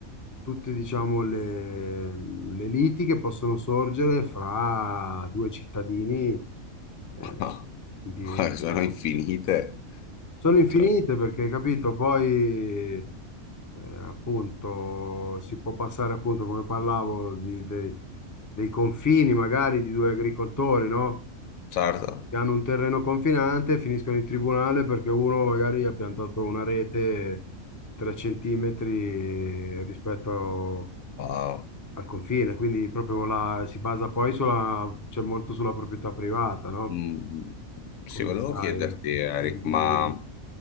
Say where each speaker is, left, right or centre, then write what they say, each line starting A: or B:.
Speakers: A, on the left (about 15°); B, on the left (about 80°).
A: tutte, diciamo, le, le liti che possono sorgere fra due cittadini, eh,
B: <laughs>
A: di un-
B: Sono infinite.
A: Sono infinite
B: Cioè,
A: perché, capito, poi eh, appunto, si può passare appunto, come parlavo, di- dei dei confini magari di due agricoltori, no?
B: Certo.
A: Che hanno un terreno confinante e finiscono in tribunale perché uno magari ha piantato una rete tre centimetri rispetto
B: Ah,
A: al confine, quindi proprio la, si basa poi sulla, cioè molto sulla proprietà privata, no?
B: mm. Sì,
A: Come
B: volevo
A: sai,
B: chiederti, Eric,
A: quindi...
B: ma